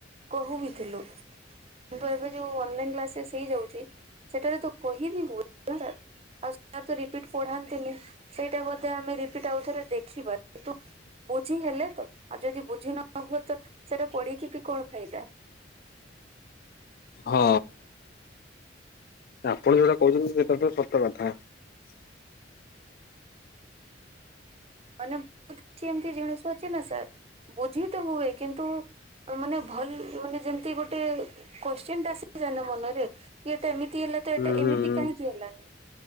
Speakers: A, on the right; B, on the left.
A: କହୁ ବିଥିଲୁ। କିନ୍ତୁ ଏବେ ଯୋଉ ଅନଲାଇନ୍ କ୍ଲାସେସ୍ ହେଇଯାଉଛି ସେଥିରେ ତ କହିବି ହଉନି। ଆଉ ସାର୍ ତ ରିପିଟ ପଢାନ୍ତିନି ସେଇଟା ବୋଧେ ଆମେ ରିପିଟ ଆଉଥରେ ଦେଖିବା କିନ୍ତୁ ବୁଝି ହେଲେ ତ ଆଉ ଯଦି ବୁଝି ନ ହୁଏ ତ ସେଇଟା ପଢିକି ବି କଣ ଫାଇଦା।
B: ହଁ ଆପଣ ଯଉଟା କହୁଛନ୍ତି ସେଇଟା ତ ସତ କଥା।
A: ମାନେ ବହୁତ କିଛି ଏମିତି ଜିନିଷ ଅଛି ନା ସାର୍ ବୁଝି ତ ହୁଏ କିନ୍ତୁ ମାନେ ଭଲ ମାନେ ଯେମତି ଗୋଟେ କୋଶ୍ଚିନ୍ ଟା ଆସି ଯାଏ ନା ମନରେ କି ଏଇଟା ଏମିତି ତି ହେଲା ତ
B: ହୁଁ
A: ଏଟା ଏମିତି
B: ହୁଁ ହୁଁ।
A: କାହିଁ କି ହେଲାନି